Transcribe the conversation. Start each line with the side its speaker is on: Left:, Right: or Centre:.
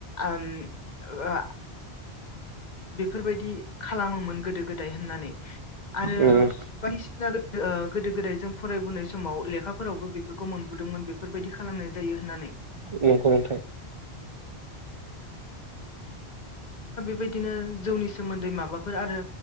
Left: आम ओ आ बेफोरबायदि खालामोमोन गोदो गोदाय होननानै आरो
Right: उम
Left: बायदिसिना रो ओ गोदो गोदाय जों फरायबोनाय समाव लेखाफोरावबो बेफोरखौ मोनबोदोंमोन बेफोरबायदि खालामनाय जायो होनना
Right: नंगौ नोंथां
Left: <unintelligible> <inaudible> बेबायदिनो जौनि सोमोन्दै माबाफोर आरो